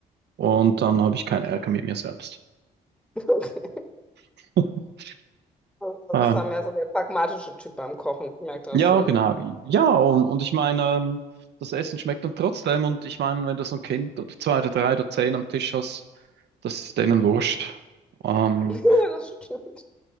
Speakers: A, on the right; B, in the centre.
A: und dann habe ich keinen Ärger mit mir selbst.
B: <laughs> okay.
A: <laughs>
B: Also, Du
A: Ähm,
B: bist ja mehr so der pragmatische Typ beim Kochen, ich merke
A: Ja,
B: das schon.
A: genau. Ja, und, und ich meine, ähm, das Essen schmeckt dann trotzdem. Und ich meine, wenn du so ein Kind oder zwei oder drei oder zehn am Tisch hast, das ist denen wurscht. Ähm,
B: <laughs> Ja, das stimmt.